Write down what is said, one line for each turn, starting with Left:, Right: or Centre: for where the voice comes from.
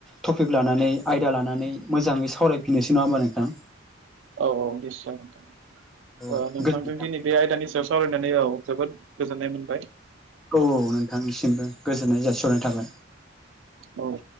Centre: टपिक लानानै आयदा लानानै मोजाङै सावरायफिननोसै नङा ओनबा नोंथां?
Right: औ औ निस्यय ओ नोंथां
Centre: औ
Right: नोंथांजों
Centre: गोजोननाय
Right: दिनै बे आयदानि सायाव सावरायनानै औ जोबोद गोजोननाय मोनबाय।
Centre: औ औ नोंथांनिसिमबो गोजोननाय जासिहरनाय थाबाय।
Right: औ